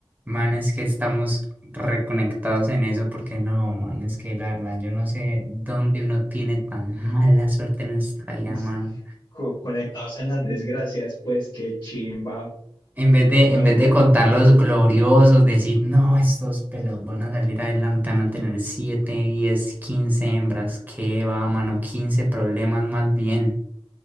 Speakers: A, on the right; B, on the left.
A: Mano, es que estamos reconectados en eso porque no, mano, es que la verdad, yo no sé dónde uno tiene tan mala suerte en esta vida,
B: <laughs>
A: mano.
B: Co- conectados en las desgracias, pues qué chimba,
A: En vez de,
B: no
A: en vez
B: me
A: de contar
B: lo creo.
A: los gloriosos, decir, no, estos pelos van a salir adelante, van a tener siete diez quince hembras, qué va, mano, 15 problemas más bien.